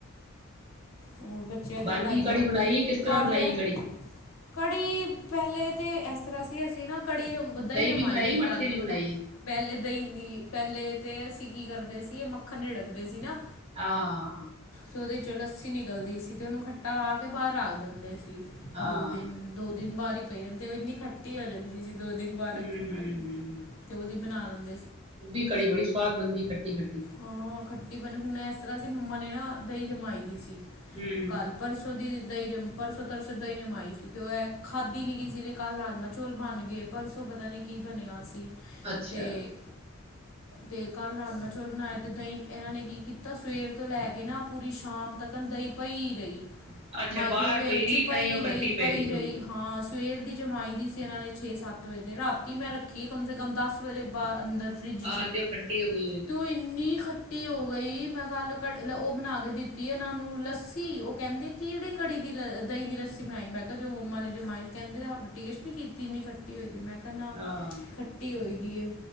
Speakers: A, on the left; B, on the right.
A: ਉਹ ਬੱਚਿਆਂ ਦੀ
B: ਬਣ
A: ਪੜ੍ਹਾਈਆਂ,
B: ਗਈ ਕੜੀ ਬਣਾਈ ਕਿਸ ਤਰ੍ਹਾਂ
A: ਕਰ
B: ਬਣਾਈ
A: ਲਿਆ
B: ਕੜੀ
A: ਕੜੀ ਪਲੇ ਤੇ ਇਸ ਤਰ੍ਹਾਂ ਸੀ, ਅਸੀਂ ਨਾ ਕੜੀ ਦਹੀਂ ਜਮਾਈ
B: ਦੀ ਬਣਾਈ
A: ਸੀ ਕੱਲ,
B: ਮੱਠੇ ਦੀ ਬਣਾਈ
A: ਪਹਿਲੇ ਦਹੀਂ ਦੀ ਪਹਿਲੇ ਤੇ ਅਸੀਂ ਕੀ ਕਰਦੇ ਸੀ ਇਹ ਮੱਖਣ ੜਿੜਕਦੇ ਸੀ ਨਾ
B: ਆਹ
A: ਤੇ ਉਹਦੇ ਵਿਚ ਲੱਸੀ ਨਿਕ ਨਿਕਲਦੀ ਸੀ, ਤੇ ਉਹਨੂੰ ਖੱਟਾ ਲਾ ਕੇ ਬਾਹਰ ਰੱਖ ਦਿੰਦੇ ਸੀ।
B: ਹਾਂ
A: ਦੋ ਦਿਨ ਦੋ ਦਿਨ ਬਾਹਾਰੀ ਪਈ ਜਾਂਦੇ, ਉਹ ਏਨੀ ਖੱਟੀ ਹੋ ਜਾਂਦੀ ਸੀ। ਦੋ ਦਿਨ ਬਾਅਰ
B: ਹੂੰ
A: ਰੱਖਣ
B: ਹੂੰ
A: ਵਾਲੀ,
B: ਹੂੰ
A: ਤੇ ਉਹਦੀ ਬਣਾ ਲੈ ਬ
B: ਉਹਦੀ ਕੜੀ ਬੜੀ ਸਵਾਦ ਬਣਦੀ, ਖੱਟੀ -ਖੱਟੀ।
A: ਹਾਂ ਖੱਟੀ ਹੁਣ ਇਸ ਤਰ੍ਹਾਂ ਸੀ ਮੰਮਾ ਨੇ ਨਾ, ਦਹੀਂ ਜਮਾਈ ਦੀ ਸੀ।
B: ਹੂੰ
A: ਕੱਲ੍ਹ ਪਰਸੋਂ ਦੀ ਦਹੀਂ ਨਮ ਪਰਸੋਂ ਤਰਸੋਂ ਦਹੀਂ ਨਮਾਈ ਸੀ ਅਤੇ ਉਹ ਇਹ ਖਾਧੀ ਨਹੀਂ ਗਈ ਸੀ, ਕੱਲ੍ਹ ਰਾਜਮਹ- ਚੌਲ ਬਣ ਗਏ ਪਰਸੋਂ ਪਤਾ ਨਹੀਂ ਕੀ ਬਣਿਆ ਸੀ।
B: ਅੱਛਾ।
A: ਤੇ ਤੇ ਕੱਲ੍ਹ ਰਾਜਮ ਚੋਲ ਬਣਾਏ, ਤੇ ਦਹੀਂ ਇਹਨਾਂ ਨੇ ਕੀ ਕੀਤਾ ਸਵੇਰ ਤੋਂ ਲੈ ਕੇ ਨਾ ਪੂਰੀ ਸ਼ਾਮ ਤੱਕ ਦਈ ਪਈ ਰਹੀ।
B: ਅੱਛਾ
A: ਮਾਈਕ੍ਰੋਵੇਵ
B: ਬਾਹਰ ਰਹੀ
A: ਚ ਪਈ
B: ਤਾਂ ਹੀ ਉਹ ਖੱਟੀ
A: ਰਹੀ, ਪਈ
B: ਪੈ
A: ਰਹੀ
B: ਹੋਗੀ
A: ਹਾਂ। ਸਵੇਰ ਦੀ ਜਮਾਈ ਦੀ ਸੀ ਇਹਨਾ ਨੇ ਛੇ ਸੱਤ ਵਜੇ ਰਾਤੀ ਮੈਂ ਰੱਖ ਕਿ ਕਮ ਸੇ ਕਮ ਦਸ ਵਜੇ ਬਾਅਦ ਅੰਦਰ ਫਰਿੱਜ
B: ਆਹ
A: ਚ
B: ਤੇ ਉਹ ਖੱਟੀ ਹੋ ਗਈ ਹੋਏਗੀ
A: ਤੂੰ ਇੰਨੀ ਖੱਟੀ ਹੋ ਗਈ ਮੈਂ ਕੱਲ ਕ ਉਹ ਬਣਾ ਕੇ ਦਿੱਤੀ ਇਹਨਾਂ ਨੂੰ ਊਲਸ ਉਹ ਕਹਿੰਦੇ ਕੇੜੇ ਕੜੀ। ਦਹੀਂ ਦੀ ਲੱਸੀ ਬਣਾਈ ਮੈਂ ਕਿਹਾ ਜੋ ਮੰਮਾ ਨੇ ਜਮਾਈ ਕਹਿੰਦੇ ਟੇਸਟ ਨਹੀਂ ਕੀਤੀ, ਇੰਨੀ ਖੱਟੀ ਹੋਈ ਦੀ ਮੈਂ ਕਿਹਾ ਨਾ
B: ਹਾਂ,
A: ਖੱਟੀ ਹੋਈ ਦੀ ਏ